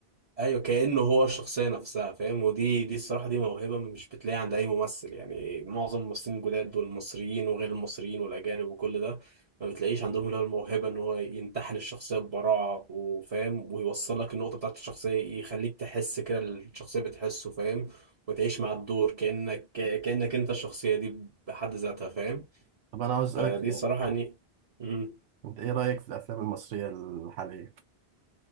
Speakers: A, on the right (about 35°); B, on the right (about 90°).
A: ايوه كأنه هو الشخصيه نفسها فاهم ودي دي الصراحه دي موهبه مش بتلاقيها عند اي ممثل يعني معظم الممثلين الجداد والمصريين وغير المصريين والاجانب وكل ده ما بتلاقيش عندهم اللي هو الموهبه ان هو ينتحل الشخصيه ببراعه وفاهم ويوصل لك النقطه بتاعت الشخصيه يخليك تحس كده اللي الشخصيه بتحسه فاهم وتعيش مع الدور كأنك كأنك انت الشخصيه دي بحد ذاتها فاهم
B: طب انا عاوز اسالك
A: فدي
B: سؤال
A: الصراحة يعني مم.
B: انت ايه رايك في الافلام المصريه الحاليه